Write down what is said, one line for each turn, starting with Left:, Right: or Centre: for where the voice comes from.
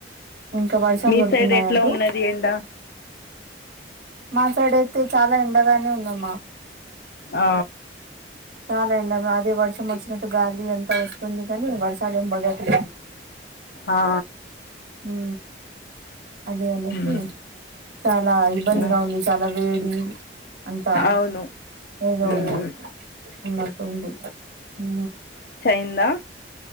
Right: ఇంకా వర్షాలు
Left: మీ
Right: పడుతున్నాయి
Left: సైడ్ ఎట్లా
Right: అటు
Left: ఉన్నది ఎండా
Right: మా సైడ్అయితే చాలా ఎండగానే ఉందమ్మా
Left: ఆ
Right: చాలా ఎండ అదే వర్షం వచ్చిన గాలి అంతా వస్తుంది కానీ వర్షాలు ఏం పడట్లేదు
Left: ఆ,
Right: ఊ అదే అనేసి
Left: మ్మ్.
Right: చాలా ఇబ్బందిగా
Left: మ్మ్.
Right: ఉంది చాలా వేడి అంతా
Left: అవును
Right: ఏదో
Left: మ్మ్.
Right: ఉ వున్నట్టు ఉంది ఊ
Left: అయ్యింద